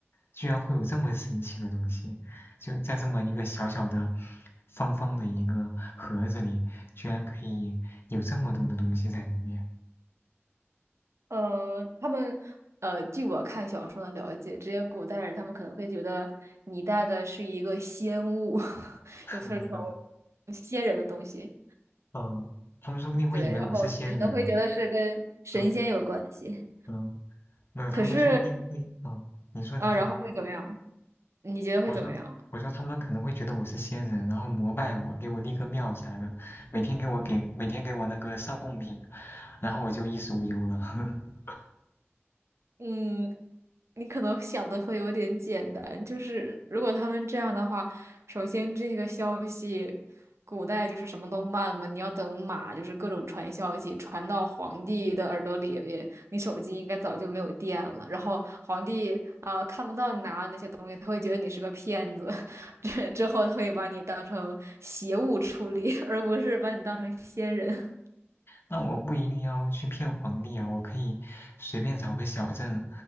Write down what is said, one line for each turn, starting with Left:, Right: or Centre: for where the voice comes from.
Left: 居然会有这么神奇的东西，就在这么一个小小的、方方的一个盒子里，居然可以有这么多的东西在里面。
Right: 呃，他们呃，据我看小说的了解，这些古代人他们可能会觉得你带的是一个仙物，<laughs>
Left: <laughs>
Right: 就是从仙人的东西，
Left: 嗯，他们说不定会以为我是仙人。
Right: 对，然后只能会觉得是跟神仙有关系。
Left: 嗯嗯，没有，他们说不定会，
Right: 可是
Left: 嗯，你说你说。
Right: 啊，然后会怎么样？你觉得会怎么样？
Left: 我说我说他们可能会觉得我是仙人，然后膜拜我，给我立个庙啥的，每天给我给每天给我那个上贡品，然后我就衣食无忧了。<laughs>
Right: 嗯，你可能想的会有点简单，就是如果他们这样的话，首先这个消息，古代就是什么都慢嘛，你要等马，就是各种传消息传到皇帝的耳朵里边，你手机应该早就没有电了，然后皇帝啊、呃看不到你拿的那些东西，他会觉得你是个骗子，<laughs> 之之后他会把你当成邪物处理，而不是把你当成仙人。
Left: 那我不一定要去骗皇帝啊，我可以随便找个小镇，